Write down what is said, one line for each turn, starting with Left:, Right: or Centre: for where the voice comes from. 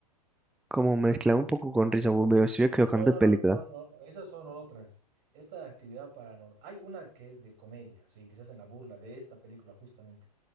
Centre: Como mezclado un poco con risa, bo- me estoy equivocando
Right: No, no,
Centre: de película.
Right: no, no, no, esas son otras. Esta actividad paranormal, hay una que es de comedia, sí, que se hacen la burla de esta película justamente,